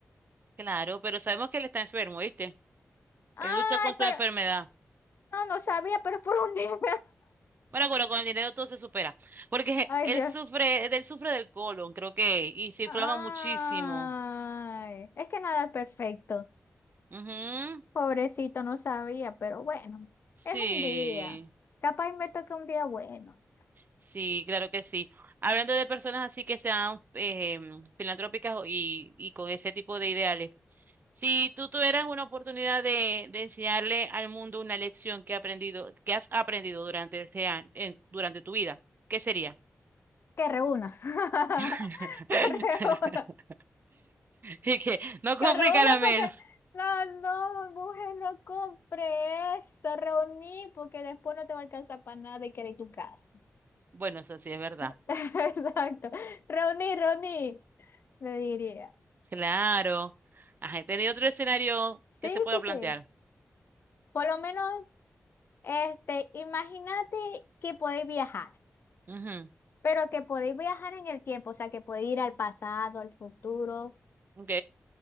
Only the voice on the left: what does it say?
Ay,
pero
no, no sabía, pero es por un día.
<laughs> Ay,
dios.
Ay,
es que nada es perfecto.
Pobrecito, no sabía, pero bueno,
es un día. Capaz me toca un día bueno.
Que reúna. <laughs>
Que reúna.
Que reúna
porque. No, no, mujer, no compre eso. Reuní porque después no te va a alcanzar para nada y querer tu casa.
<laughs> Exacto. Reuní, reuní, le diría.
Sí,
sí,
sí. Por lo menos. Este, imagínate que podéis viajar,
pero que podéis viajar en el tiempo, o sea, que podéis ir al pasado, al futuro,